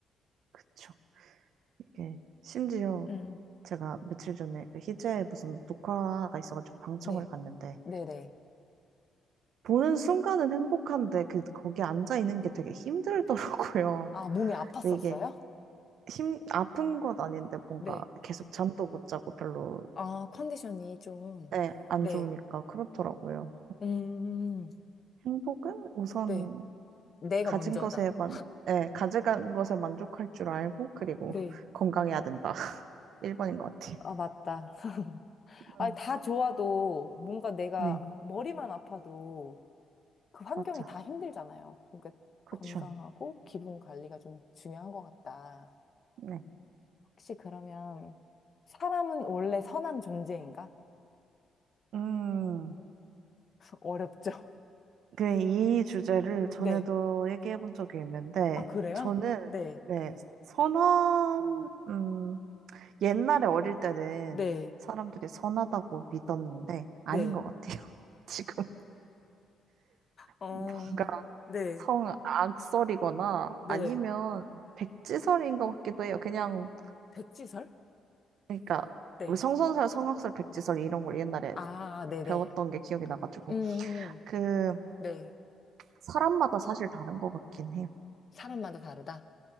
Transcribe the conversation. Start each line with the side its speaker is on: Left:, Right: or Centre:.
Right: 그쵸. 이게 심지어
Left: 음.
Right: 제가 며칠 전에 그 희재 무슨 녹화가 있어가지고 방청을
Left: 네.
Right: 갔는데,
Left: 네네.
Right: 보는 순간은 행복한데, 그, 거기 앉아 있는 게 되게 힘들더라고요.
Left: 아, 몸이 아팠었어요?
Right: 근데 이게 힘, 아픈 것 아닌데 뭔가
Left: 네.
Right: 계속 잠도 못 자고 별로,
Left: 아, 컨디션이 좀.
Right: 네, 안
Left: 네.
Right: 좋으니까 그렇더라고요.
Left: 음,
Right: 행복은 우선
Left: 네. 내가
Right: 가진
Left: 먼저다.
Right: 것에 만, 예, 가져간 것에 만족할 줄 알고, 그리고
Left: 네.
Right: <laughs> 건강해야 된다. <laughs> 1번인 것 같아요.
Left: 아, 맞다. 아,
Right: 음,
Left: 다 좋아도 뭔가 내가
Right: 네,
Left: 머리만 아파도 그 환경이
Right: 맞죠.
Left: 다 힘들잖아요. 그러니까
Right: 그쵸.
Left: 건강하고 기분 관리가 좀 중요한 것 같다.
Right: 네.
Left: 혹시 그러면 사람은 원래 선한 존재인가?
Right: 음,
Left: <laughs> 어렵죠.
Right: 그, 이 주제를 전에도
Left: 네.
Right: 얘기해 본 적이 있는데,
Left: 아, 그래요?
Right: 저는,
Left: 네.
Right: 네, 선한, 음, 옛날에 어릴 때는
Left: 네.
Right: 사람들이 선하다고 믿었는데,
Left: 네.
Right: 아닌 것 같아요. <laughs> 지금.
Left: 어,
Right: 뭔가
Left: 네.
Right: 성 악설이거나
Left: 네.
Right: 아니면 백지설인 것 같기도 해요. 그냥
Left: 백지설?
Right: 그러니까
Left: 네.
Right: 뭐 성선설, 성악설, 백지설 이런 걸 옛날에
Left: 아, 네네.
Right: 배웠던 게 기억이 나가지고
Left: 음,
Right: 그
Left: 네.
Right: 사람마다 사실 다른 것 같긴 해요.
Left: 사람마다 다르다?